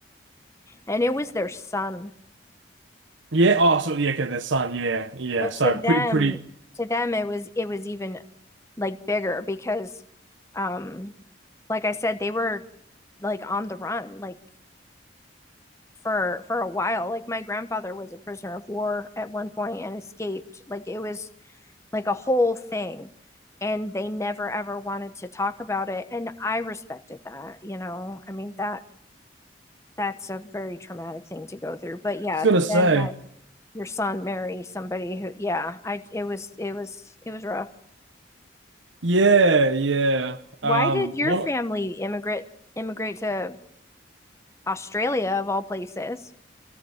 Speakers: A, on the left; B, on the right.
A: And it was their son.
B: Yeah. Oh, so yeah, okay, their son. Yeah, yeah.
A: But
B: So
A: to them,
B: pretty, pretty.
A: to them it was it was even like bigger because um like I said, they were like on the run, like for for a while. Like my grandfather was a prisoner of war at one point and escaped. Like it was like a whole thing. And they never ever wanted to talk about it. And I respected that, you know. I mean that that's a very traumatic thing to go through. But
B: I
A: yeah,
B: was gonna
A: to
B: say,
A: then have your son marry somebody who yeah i it was it was it was rough
B: yeah, yeah.
A: why
B: Um,
A: did your
B: one.
A: family immigrate immigrate to australia of all places